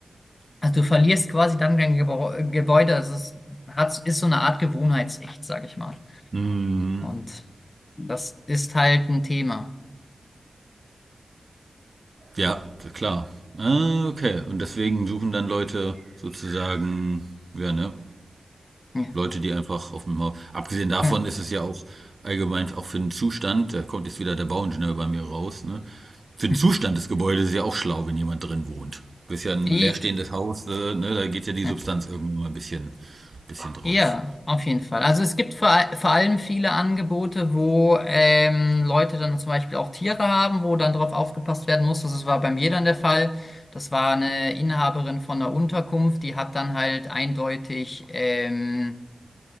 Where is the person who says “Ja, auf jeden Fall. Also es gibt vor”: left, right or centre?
Left